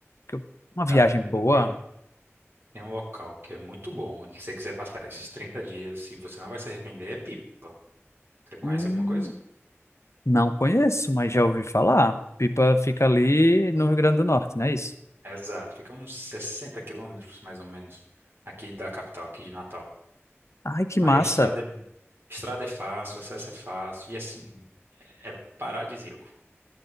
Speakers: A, on the left; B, on the right.
A: que eu- uma
B: Cara,
A: viagem
B: te-
A: boa?
B: tem um, tem um local que é muito bom e que se você quiser passar esses 30 dias e você não vai se arrepender, é Pipa. Você conhece
A: Hum,
B: alguma coisa?
A: não conheço, mas já ouvi falar. Pipa fica ali no Rio Grande do Norte, não é isso?
B: Exato, fica uns 60 quilômetros, mais ou menos, aqui da capital, aqui de Natal.
A: Ai, que
B: Aí
A: massa!
B: a estrada é, estrada é fácil, o acesso é fácil e assim, é paradisíaco.